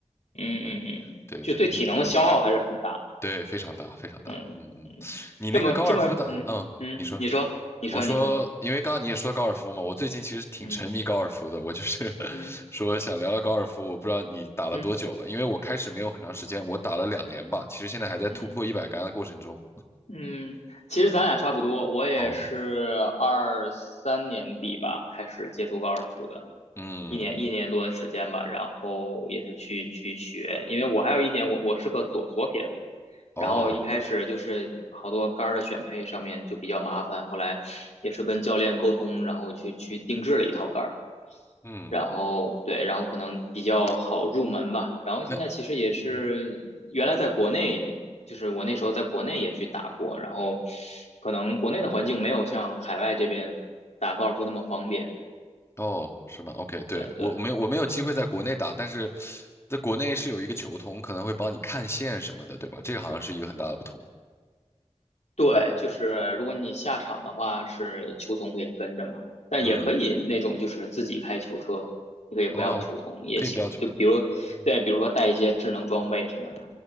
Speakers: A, on the left; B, on the left.
A: 嗯嗯嗯，
B: 对
A: 嗯就对体能的消耗还是很大。
B: 对对对对对，非常大非常大。
A: 嗯嗯，
B: 嗯嗯，你那个高尔夫的，
A: 这么这么，嗯嗯，
B: 嗯，你说。
A: 你说，你说，
B: 我说，
A: 你说，
B: 因为刚刚你也说高尔夫嘛，我最近其实挺沉迷高尔夫的。
A: 嗯
B: 我就是 <laughs>
A: 嗯
B: 说想聊聊高尔夫，我不知道你打了多久了，
A: 嗯
B: 因为我开始没有很长时间，我打了两年吧，其实现在还在突破一百杆的过程中。
A: 嗯嗯，其实咱俩差不多，我也是二三年底吧开始接触高尔夫的，
B: 哦，嗯，
A: 一年一年多的时间吧，然后也是去去学，因为我还有一点，我我是个左左撇子，
B: 哦，
A: 然后一开始就是好多杆儿的选配上面就比较麻烦，后来也是跟教练沟通，然后去去定制了一套杆儿。
B: 嗯，
A: 然后对，然后可能比较好入门吧。然后现在其实也是原来在国内，
B: 那，嗯，
A: 就是我那时候在国内也去打过，然后可能国内的环境没有像海外这边打高尔夫那么方便。
B: 哦，是吗？OK，对，
A: 对对
B: 我我没有我没有机会在国内打，但是在国内是有一个球童可能会帮你看线什么的，对吧？这个好像是一个很大的不同。
A: 对，就是如果你下场的话，是球童可以跟着嘛，但也可以那种就是自己开球车，
B: 嗯，
A: 你可以不要球童也行。
B: 哦，可以不要球童。
A: 就比如对，
B: 嗯，
A: 比如说带一些智能装备什么的。